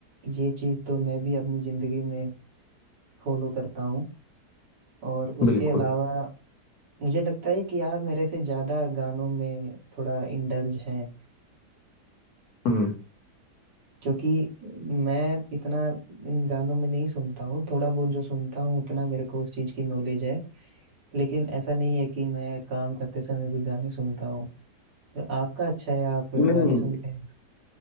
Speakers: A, on the right; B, on the left.
A: ये चीज तो मैं भी अपनी जिंदगी में फॉलो करता हूँ और उसके
B: बिल्कुल
A: अलावा मुझे लगता है कि आप मेरे से ज्यादा गानों में थोड़ा इंडल्ज हैं
B: हम्म
A: क्योंकि मैं इतना इन गानों में नहीं सुनता हूँ थोड़ा बहुत जो सुनता हूँ उतना मेरे को उस चीज की नॉलेज है लेकिन ऐसा नहीं है कि मैं काम करते समय भी गाने सुनता हूँ आपका अच्छा है आप
B: नहीं
A: गाने सुनते हैं